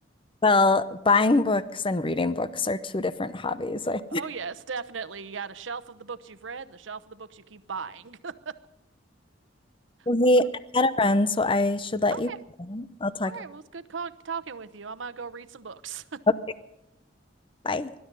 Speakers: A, on the left; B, on the right.
A: well, buying books and reading books are two different hobbies. <laughs> I,
B: oh yes, definitely, you got a shelf of the books you've read and the shelf of the books you keep buying. <laughs>
A: well,
B: What
A: hey,
B: a-
A: I gotta run, so I should let
B: okay,
A: you go. I'll talk.
B: all right, well it's good call- talking with you. I'm gonna go read some books.
A: Okay, bye.